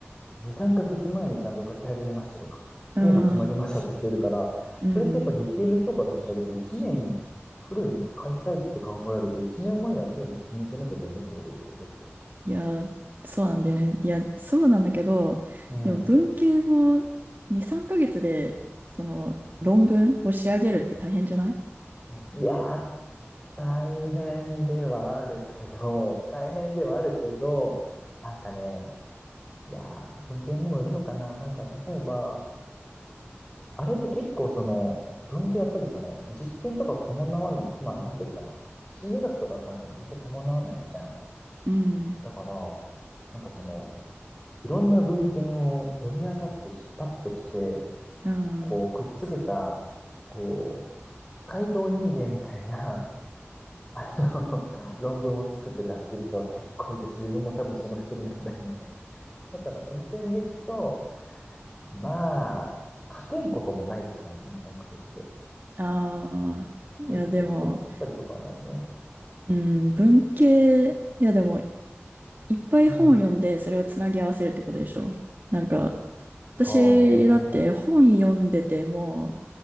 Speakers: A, on the left; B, on the right.
A: う、2、3ヶ月前にちゃんと書き始めましたとか、
B: うん。
A: テーマ決まりましたって人いるから、
B: うん。うん
A: それってやっぱ理系の人からしたら、だって1年フルに使いたいって考えると、1年前にはテーマ決めてなきゃダメってことでしょだって。
B: いやー、そうなんだよね。いや、そうなんだけど、
A: うん。
B: でも文系も2、3ヶ月で、その論文を仕上げるって大変じゃない
A: いやー、大変ではあるけど、<laughs> 大変ではあるけど、なんかね、いやー、文系にもよるのかな。なんか、例えば、あれって結構その、文系やっぱりその、実験とかを伴わん、まあ、なんていうのかな。心理学とかわかんないけど、実験伴わないじゃん。
B: うん。
A: だから、なんかその、いろんな文献を読み漁って引っ張ってきて、
B: うん。
A: こう、
B: あ
A: くっつけた、こう、改造人間みたいな、あの、<laughs> 論文を作って出してる人は結構いたし、自分も多分その一人なんだよね。だからその点でいくと、まあ、書けんこともないって感じ、に3ヶ月で。
B: あ、いや、
A: そうそうだ、
B: でも、
A: 困ったりとかはないね。
B: うん、文系、いや、でも、いっぱい本を読んで、
A: うん。
B: それをつなぎ合わせるってことでしょなんか、
A: そうね。
B: 私だって本読んでても